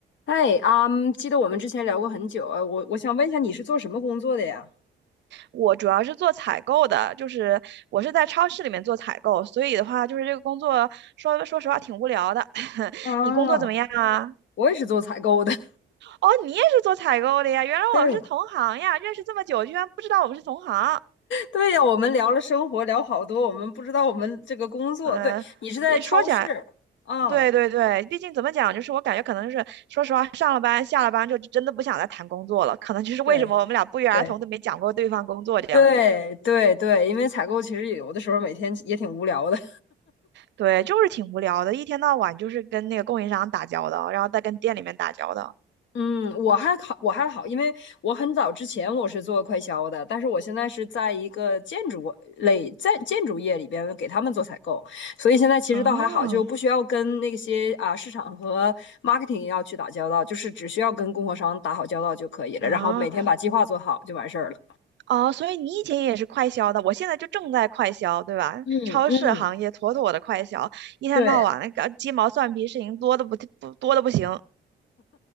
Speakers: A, on the left; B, on the right.
A: 嗨，啊，记得我们之前聊过很久啊，我我想问一下，你是做什么工作的呀？
B: 我主要是做采购的，就是我是在超市里面做采购，所以的话，就是这个工作说说实话挺无聊的。<laughs>
A: 啊，
B: 你工作怎么样啊？
A: 我也是做采购的。<laughs>
B: 哦，你也是做采购的呀？原来我们是同行呀！
A: 对，
B: 认识这么久，居然不知道我们是同行。
A: 对呀，我们聊了生活，聊好多，我们不知道我们这个工作。
B: 嗯、
A: 对，你是在超市啊？
B: 一说起来，对对对，毕竟怎么讲，就是我感觉可能是，说实话，上了班下了班就真的不想再谈工作了，可能就是为什么我们俩不约而同的没讲过对方工作这样子。
A: 对，对，对对对，因为采购其实有的时候每天也挺无聊的。
B: 对，就是挺无聊的，一天到晚就是跟那个供应商打交道，然后再跟店里面打交道。
A: 嗯，我还好，我还好，因为我很早之前我是做快销的，但是我现在是在一个建筑类，在建筑业里边给他们做采购，所以现在其实倒还好，
B: 啊
A: 就不需要跟那些啊市场和 marketing 要去打交道，就是只需要跟供货商打好交道就可以了，
B: 啊
A: 然后每天把计划做好就完事儿了。
B: 啊！所以你以前也是快销的，我现在就正在快销，对吧？
A: 嗯嗯，
B: 超市行业妥妥的快销，一天到晚那个鸡毛蒜皮事情多的不不多的不行。
A: 对，